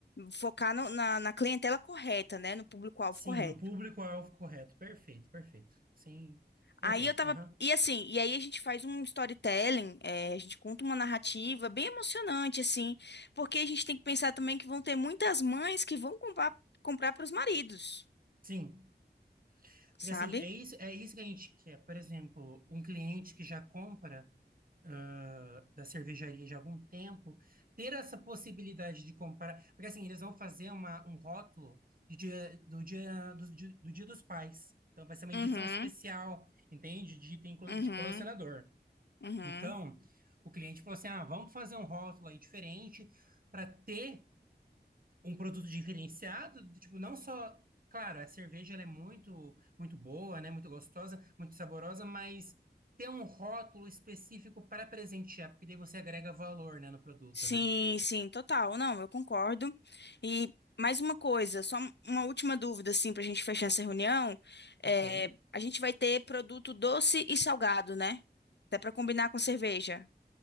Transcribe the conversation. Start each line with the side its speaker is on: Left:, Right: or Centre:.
Left: focar no- na, na clientela correta, né, no público-alvo
Right: Sim,
Left: correto.
Right: no público-alvo correto. Perfeito, perfeito. Sim, perfeito,
Left: Aí eu tava
Right: aham.
Left: e assim, e aí a gente faz um storytelling, é, a gente conta uma narrativa bem emocionante, assim, porque a gente tem que pensar também que vão ter muitas mães que vão comprar comprar para os maridos,
Right: Sim,
Left: sabe?
Right: porque assim, é isso, é isso que a gente quer. Por exemplo, um cliente que já compra. ah, da cervejaria já há algum tempo, ter essa possibilidade de comprar, porque assim, eles vão fazer uma, um rótulo de dia- do dia, do, di- do Dia dos Pais. Então vai ser uma edição
Left: Uhum,
Right: especial, entende? De item cole-
Left: uhum,
Right: de colecionador.
Left: uhum.
Right: Então, o cliente falou assim: "Ah, vamos fazer um rótulo aí diferente para ter um produto diferenciado, tipo, não só, claro, a cerveja ela é muito muito boa, né, muito gostosa, muito saborosa, mas ter um rótulo específico para presentear, porque daí você agrega valor, né, no produto,
Left: Sim,
Right: né?
Left: sim, total. Não, eu concordo. E mais uma coisa, só uma última dúvida, assim, para a gente fechar essa reunião. É,
Right: OK?
Left: a gente vai ter produto doce e salgado, né? Até para combinar com a cerveja.